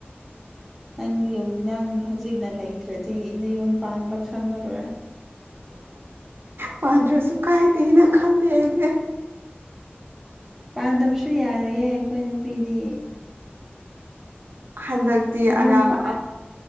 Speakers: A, in the centre; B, on the right.
A: ꯅꯪ ꯌꯨꯝ ꯅꯪ ꯍꯧꯖꯤꯛꯅ ꯂꯩꯇ꯭ꯔꯗꯤ ꯅ ꯌꯨꯝ ꯄꯥꯟꯕ ꯈꯪꯉꯔꯣꯏ
B: ꯄꯥꯟꯗ꯭ꯔꯁꯨ ꯀꯥꯏꯗꯦꯅ ꯈꯜꯂꯤꯦ ꯑꯩꯗꯤ
A: ꯄꯥꯟꯗꯕꯁꯨ ꯌꯥꯔꯌꯦꯦ ꯑꯩꯈꯣꯏ ꯅꯨꯄꯤꯗꯤ
B: ꯍꯟꯗꯛꯇꯤ
A: ꯌꯨꯝ
B: ꯑꯉꯥꯡ
A: ꯄꯥꯟ